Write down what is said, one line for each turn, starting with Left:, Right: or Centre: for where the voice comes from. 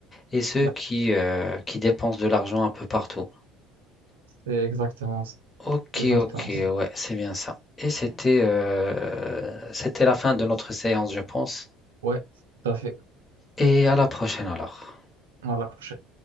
Left: et ceux
Right: ouais,
Left: qui, euh, qui dépensent de l'argent un peu partout.
Right: c'est exactement ça.
Left: Ok,
Right: Exactement
Left: ok, ouais,
Right: ça.
Left: c'est bien ça. Et c'était euh, c'était la fin de notre séance, je pense.
Right: Ouais, tout à fait.
Left: Et à la prochaine alors.
Right: À la prochaine.